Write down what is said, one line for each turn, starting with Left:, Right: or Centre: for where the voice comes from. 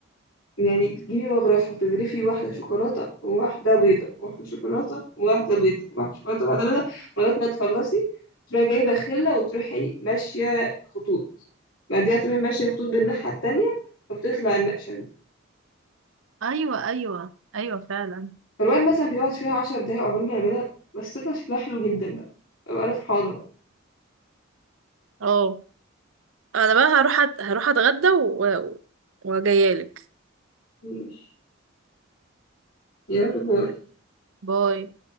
Left: يعني بتجيبي مغرفة تغرفي واحدة شوكولاتة وواحدة بيضة واحدة شوكولاتة وواحدة بيضة واحدة شوكولاتة وواحدة بيضة لغاية ما تخلصي تروحي جايبة خلة وتروحي ماشية خطوط بعديها تروحي ماشية خطوط بالناحية التانية فبتطلع النقشة دي
Right: <laughs> ايوه ايوه ايوه فعلا
Left: فالواحد مثلا بيقعد فيها عشر دقايق عقبال ما يعملها بس تطلع شكلها حلو جدا بقى أبقى أنا فرحانة بقى
Right: اه انا بقى هروح أت... هروح اتغدى و... وجايالك
Left: ماشي يلا باي
Right: باي